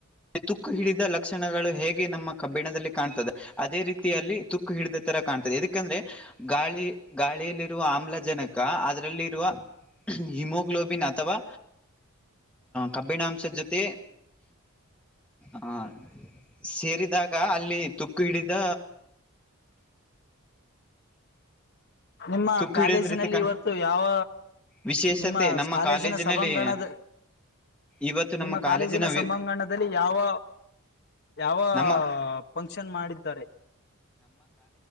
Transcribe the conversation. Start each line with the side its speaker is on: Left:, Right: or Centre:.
Centre: ತುಕ್ಕು ಹಿಡಿದ ಲಕ್ಷಣಗಳು ಹೇಗೆ ನಮ್ಮ ಕಬ್ಬಿಣದಲ್ಲಿ ಕಾಣತ್ತದೆ ಅದೇ ರೀತಿಯಲ್ಲಿ ತುಕ್ಕು ಹಿಡಿದ ಅದೇ ತರಾ ಕಾಣ್ತದೆ ಯಾಕಂದ್ರೆ ಗಾಳಿ ಗಾಳಿಯಲ್ಲಿರುವ ಆಮ್ಲಜನಕ ಅದರಲ್ಲಿರುವ ಹಿಮೋ ಹಿಮಗ್ಲೊಬಿನ್ ಅಥವಾ ಕಬ್ಬಿಣ ಷ ಜೊತೆ ಹಾ ಸೇರಿದಾಗ ಅಲ್ಲಿ ತುಕ್ಕು ಹಿಡಿದ
Left: ನಿಮ್ಮ
Centre: ತು ಹಿಡಿದ
Left: ಕಾಲೇಜಿನಲ್ಲಿ
Centre: ರೀತಿ ಕ
Left: ಇವತ್ತು ಯಾವ
Centre: ವಿಶೇಷತೆ
Left: ನಿಮ್ಮ
Centre: ನಮ್ಮ
Left: ಕಾಲೇಜಿನ
Centre: ಕಾಲೇಜಿನಲ್ಲಿ
Left: ಸಭಾಂಗಣದ
Centre: ಇವತ್ತು ನಮ್ಮ
Left: ನಿಮ್ಮ ಕಾಲೇಜಿನ
Centre: ವಿ
Left: ಸಭಾಂಗಣದಲ್ಲಿ ಯಾವ ಯಾವ
Centre: ನಮ್ಮ
Left: ಫಂಕ್ಷನ್ ಮಾಡಿದ್ದಾರೆ